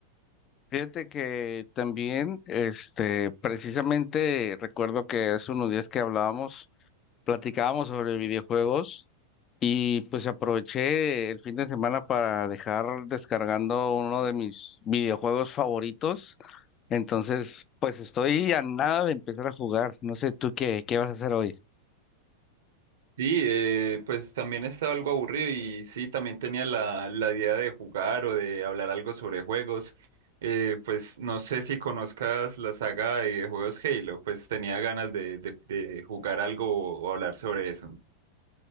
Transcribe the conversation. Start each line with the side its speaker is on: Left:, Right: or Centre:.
Left: Fíjate que también, este, precisamente recuerdo que hace unos días que hablábamos, platicábamos sobre videojuegos y pues aproveché el fin de semana para dejar descargando uno de mis videojuegos favoritos. Entonces, pues estoy a nada de empezar a jugar. No sé tú qué, qué vas a hacer hoy.
Right: Sí, eh, pues también estaba algo aburrido y sí, también tenía la, la idea de jugar o de hablar algo sobre juegos. Eh, pues no sé si conozcas la saga de juegos Halo, pues tenía ganas de, de de jugar algo o hablar sobre eso.